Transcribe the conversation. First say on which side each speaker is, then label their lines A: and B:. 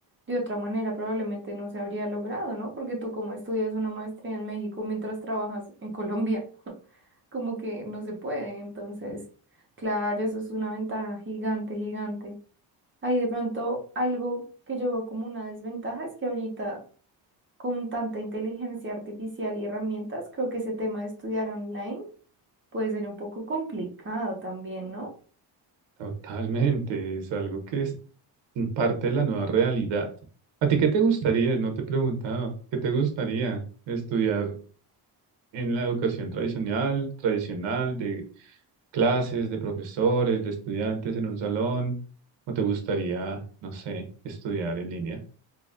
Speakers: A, on the right; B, on the right.
A: de otra manera probablemente no se habría logrado, ¿no? Porque tú como estudias una maestría en México mientras trabajas en Colombia, <laughs> como que no se puede, entonces, claro, eso es una ventaja gigante, gigante. Ahí de pronto algo que yo veo como una desventaja es que ahorita con tanta inteligencia artificial y herramientas, creo que ese tema de estudiar online puede ser un poco complicado también, ¿no?
B: Totalmente, es algo que es parte de la nueva realidad. ¿A ti qué te gustaría? No te he preguntado. ¿Qué te gustaría estudiar? en la educación tradicional, tradicional, de clases, de profesores, de estudiantes en un salón, o te gustaría, no sé, estudiar en línea?